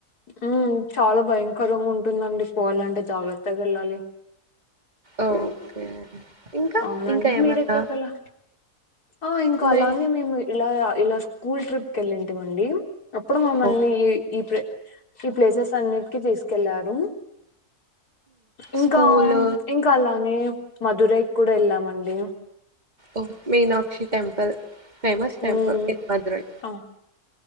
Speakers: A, on the left; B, on the right.
A: ఉ చాలా భయంకరంగా ఉంటుందండి పోవాలంటే జాగ్రత్తగా వెళ్ళాలి
B: ఓకే ఇంకా
A: అవునండి
B: ఇంకా ఏమన్నా
A: మీరెక్కడికలా ఆ ఇంకో
B: నే
A: అలాని మేము ఇలా ఇలా స్కూల్ ట్రిప్ కి వెళ్ళింటిమండి అప్పుడు మమ్మల్ని
B: ఓ
A: ఈ ఈ ట్రిప్ ఈ ప్లేసెస్ అన్నిటికి తీసుకెళ్లారు ఇంకా
B: స్కూల్
A: ఇంకా అలానే మధురై కూడా ఎల్లామండి
B: ఓ Meenakshi temple famous temple
A: um,
B: in Madurai
A: ఆ,